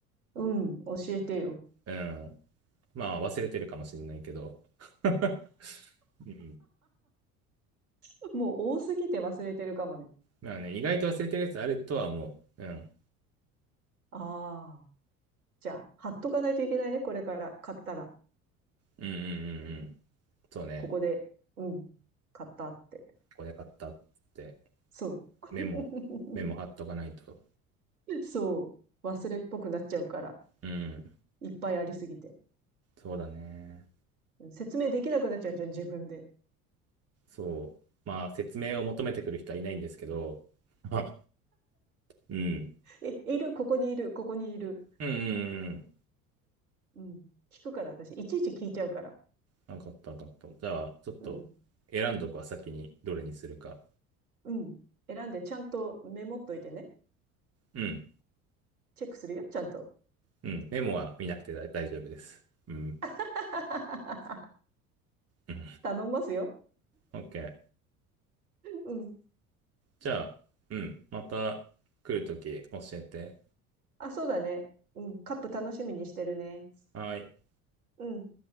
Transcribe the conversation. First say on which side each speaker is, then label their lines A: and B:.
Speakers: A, on the right; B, on the right.
A: うん、教えてよ。
B: うん。まあ、忘れてるかもしれないけど。<laughs> うん。
A: <laughs> もう多すぎて忘れてるかもね。
B: まあね、意外と忘れてるやつあるとは思う。うん。
A: ああ。じゃあ、貼っとかないといけないね、これから。買ったら。
B: うんうんうんうん。そうね。
A: ここで。うん。買ったって。
B: これ買ったって、
A: そう。<laughs>
B: メモ、メモ貼っとかないと。
A: そう。忘れっぽくなっちゃうから。
B: うん。
A: いっぱいありすぎて。
B: そうだね。
A: うん説明できなくなっちゃうじゃん、自分で。
B: そう。まあ、説明を求めてくる人はいないんですけど、あうん。
A: え、いる、ここにいる、ここにいる。
B: うんうんうん。
A: うん。聞くから、私。いちいち聞いちゃうから。
B: 分かった分かった。じゃあ、ちょっと
A: うん。
B: 選んどくは先にどれにするか。
A: うん。選んで、ちゃんとメモっといてね。
B: うん。
A: チェックするよ、ちゃんと。
B: うん。メモは見なくて大大丈夫です。うん。
A: <laughs>
B: うん。
A: 頼んますよ。
B: OK。
A: うん。
B: じゃあ、うん。また来るとき教えて。
A: あ、そうだね。うん。カップ楽しみにしてるね。
B: はーい。
A: うん。